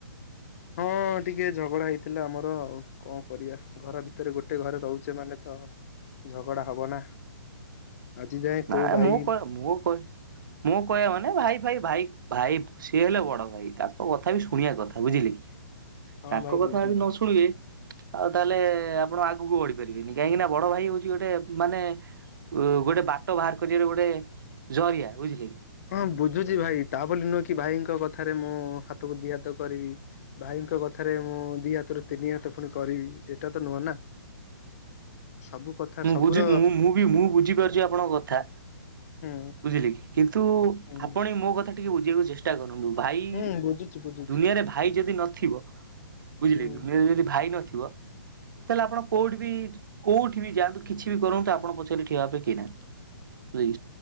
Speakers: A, on the left (about 45°); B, on the right (about 65°).
A: ହଁ ଟିକେ ଝଗଡା ହେଇଥିଲା ଆମର ଆଉ। କଣ କରିବା ଘର ଭିତ ଭିତରେ ଗୋଟେ ଘରେ ରହୁଚେ ମାନେ ତ ଝଗଡା ହବ ନା। ଆଜି ଯାଏ
B: ନା
A: କୋଉ ଭାଇ
B: ମୁଁ କହ ମୁଁ କହ ମୁଁ କହିବା ମାନେ ଭାଇ ଫାଇ ଭାଇ ଭାଇ ସିଏ ହେଲେ ବଡ ଭାଇ ତାଙ୍କ କଥା ବି ଶୁଣିବା କଥା ବୁଝିଲେ।
A: ହଁ
B: ତାଙ୍କ
A: ଭାଇ
B: କଥା
A: ବୁଝୁଛି।
B: ଆଜି ନ ଶୁଣିବେ ଆଉ ତାହେଲେ ଆପଣ ଆଗକୁ ବଢି ପାରିବେନି କାହିଁକି ନା ବଡ ଭାଇ ହଉଛି ଗୋଟେ ମାନେ ଉ ଗୋଟେ ବାଟ ବାହାର କରିବାର ଗୋଟେ ଜରିଆ ବୁଝିଲେ କି।
A: ହଁ ବୁଝୁଛି ଭାଇ ତା ବୋଲି ନୁହେଁ କି ଭାଇଙ୍କ କଥାରେ ମୁଁ ହାତକୁ ଦି ହାତ କରିବି ଭାଇ ଙ୍କ କଥାରେ ମୁଁ ଦି ହାତରୁ ତିନି ହାତ ପୁଣି କରିବି ସେଟା ତ ନୁହଁ ନା। ସବୁ କଥା
B: ମୁଁ
A: ସବୁର
B: ବୁଝି ମୁ ମୁଁ ବି ମୁଁ ବୁଝିପାରୁଛି ଆପଣଙ୍କ କଥା।
A: ହୁଁ
B: ବୁଝିଲେ କି କିନ୍ତୁ
A: ହୁଁ
B: ଆପଣଇ ମୋ କଥା ଟିକେ ବୁଝିବାକୁ ଚେଷ୍ଟା କର। ଭାଇ
A: ହୁଁ ବୁଝୁଛି ବୁଝୁଛି
B: ଦୁନିଆରେ ଭାଇ ଯଦି ନଥିବ ବୁଝିଲେ
A: ହୁଁ
B: ଦୁନିଆରେ ଯଦି ଭାଇ ନଥି ତାହେଲେ ଆପଣ କୋଉଠି ବି କୋଉଠି କି ବି ଯାନ୍ତୁ କିଛି ବି କରନ୍ତୁ ଆପଣ ପଛରେ ଠିଆ ଭାବେ କି ନାହାନ୍ତି।